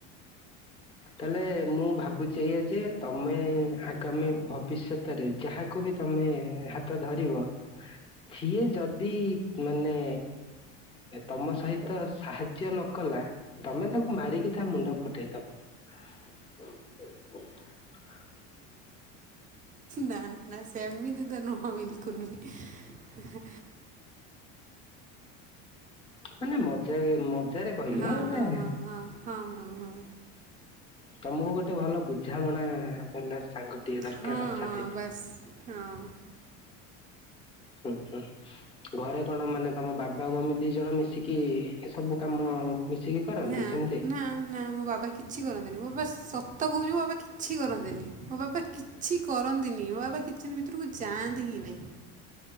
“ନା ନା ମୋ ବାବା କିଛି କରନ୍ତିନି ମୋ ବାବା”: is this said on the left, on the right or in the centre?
Right